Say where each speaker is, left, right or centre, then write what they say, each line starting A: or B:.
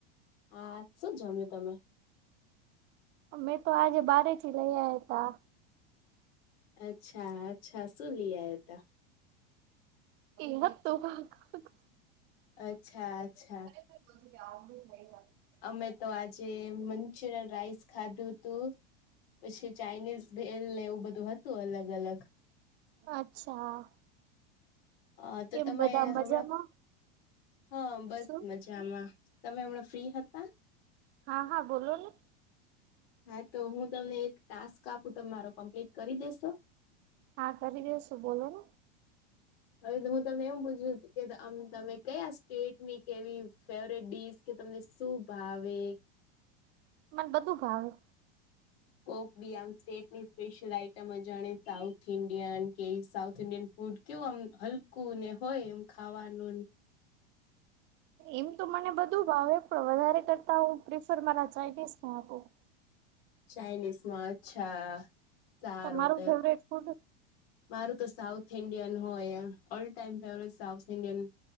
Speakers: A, on the left; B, on the right.
A: હા શું જમ્યું તમે
B: મેં તો આજે બારેથી લઇયા હતા.
A: અચ્છા અચ્છા સુું લી આ ત
B: મ ત
A: અચ્છા અચ્છા
B: કેમ થઈ ગ
A: અમે તો આજે મંચુરિયન રાઈસ ખાધું તુ પછી ચાઇનીઝ ને એવું બધું હતું અલગ અલગ
B: અચ્છા
A: હા તો
B: કેમ
A: તમે
B: બધા મજામાં
A: હમણા હા બસ
B: શું
A: મજામાં તમે હમણાં ફ્રી હતા.
B: હા હા બોલો ને
A: હા તો હું તમને એક ટાસ્ક આપું ત મારો કમ્પ્લીટ કરી દેેશો.
B: હા કરી દ શું બોલો ને
A: હવે હું તમને એમ પૂછ્યુ કેમ તમે કયા સ્ટેટ કેવી ફેવરટ ડીશ કે તમને શું ભાવે
B: મને બધું ભાવ્યુ.
A: કોક બી આમ સ્ટેટની સ્પેશિયલ આઈટમ અ જાણે સાઉથ ઇન્ડિયન કે સાઉથ ઇન્ડિયન ફૂડ કેવું આમ હલકું ને હોય એમ ખાવાનુ
B: એમ તો મને બધું ભાવે પણ વધારે કરતા હું પ્રિફર મારા ચાઇનીઝ ને આપુ
A: ચઇનીઝમાં અચ્છા સારું
B: તમારું
A: તો
B: ફેવરેટ ફૂડ
A: મારું તો સાઉથ ઇન્ડિયન હોય all time favourite south Indian